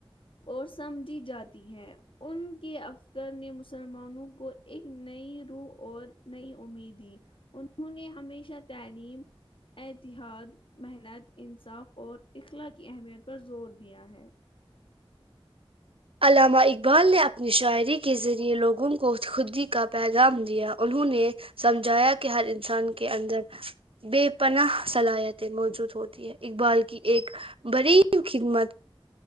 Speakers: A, on the left; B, on the right.
A: اور سمجھی جاتی ہے ان کے افسر نے مسلمانوں کو ایک نئی روح اور نئی امید دی انہوں نے ہمیشہ تعلیم اتحاد محنت انصاف اور اخلا کی اہمیت پر زور دیا ہے
B: علامہ اقبال نے اپنی شاعری کے ذریعے لوگوں کو خودی کا پیغام دیا انہوں نے سمجھایا کہ ہر انسان کے اندر بے پناہ صلاحیتیں موجود ہوتی ہے اقبال کی ایک بریی خدمت